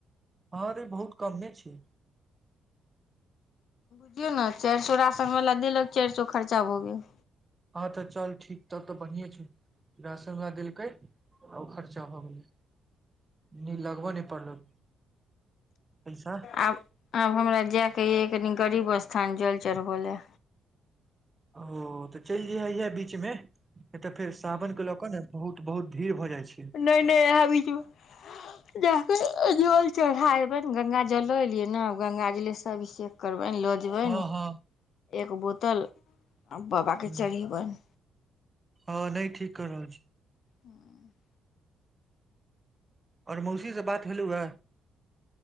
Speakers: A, on the right; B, on the left.
A: हँ अरे बहुत कमे छै
B: देखियौ न चारि सौ राशन बला देलक चारि सौ खर्चा भऽ गेल
A: हँ तऽ चल ठीक तब तऽ बढ़ियें छै राशन वला देलकै आ ओ खर्चा भऽ गेलै एनी लगब नय पड़लौ पैसा
B: आब आब हमरा जायके यै कनी गरीब स्थान जल चढ़बै लए।
A: ओ तऽ चलि जैहे इहे बीच मे नय तऽ फेर सावन के लऽ कऽ ने बहुत बहुत भीड़ भऽ जाइ छै
B: नय नय इहे बीचमे जा केे जल चढ़ा एबैनि गंगा जल लऽ एलियै न गंगा जले से अभिषेक करबैनि लो जे जेबनि
A: हँ हँ
B: एक बोतल आ बाबा के
A: हूँ,
B: चढ़ेबनि
A: हँ नय ठीक कऽ रहल छी
B: हुँ <inaudible>
A: आओर मौसी से बात भेलौये।